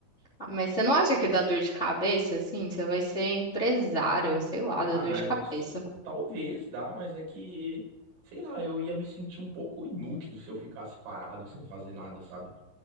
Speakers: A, on the left; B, on the right.
A: Ah, Mas você não acha que dá dor de cabeça, assim? Você vai ser empresária, eu sei lá,
B: Ah,
A: dá dor de cabeça.
B: eu, s- talvez dá, mas é que Sei lá, eu ia me sentir um pouco inútil se eu ficasse parado sem fazer nada, sabe?